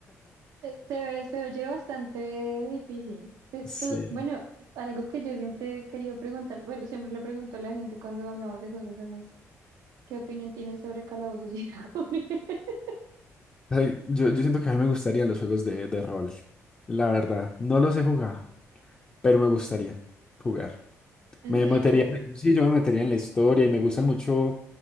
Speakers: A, on the right (about 85°); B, on the left (about 20°).
A: Eh, Se ve, se oye bastante difícil. Tú-
B: Sí.
A: tú- bueno, algo que yo siempre he querido preguntar, bueno, siempre le pregunto a la gente cuando hablamos de juegos de mesa, ¿qué opinión tienes sobre Calabozos y Dragones? <laughs>
B: Ay, yo, yo siento que a mí me gustarían los juegos de, de rol. La verdad, no los he jugado, pero me gustaría jugar.
A: En
B: Me
A: serio,
B: metería, sí, yo me metería en la historia y me gustan mucho